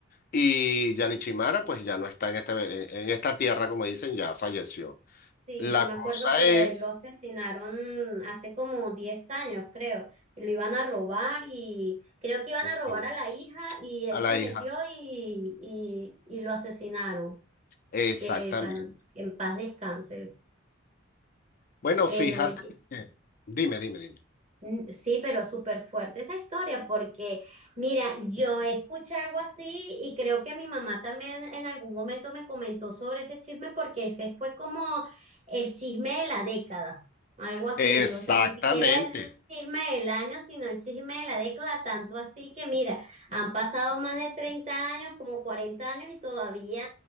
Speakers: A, on the left; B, on the right.
A: Y Yanichimara, pues ya no está en, este, en esta tierra, como dicen, ya falleció.
B: Sí,
A: La
B: yo me
A: cosa
B: acuerdo que
A: es
B: lo asesinaron hace como 10 años, creo. Lo iban a robar y creo que iban
A: Ujú.
B: a robar a la hija y él
A: a la
B: se
A: hija.
B: metió y, y, y lo asesinaron.
A: Exactamente.
B: Que bueno, en paz descanse.
A: Bueno,
B: Pero
A: fíjate.
B: oye.
A: que- Dime, dime, dime.
B: Mm, Sí, pero súper fuerte esa historia porque, mira, yo escuché algo así y creo que mi mamá también en algún momento me comentó sobre ese chisme porque ese fue como el chisme de la década, algo así,
A: Exactamente.
B: o sea, ni siquiera el chisme del año, sino el chisme de la década, tanto así que, mira, han pasado más de 30 años, como 40 años y todavía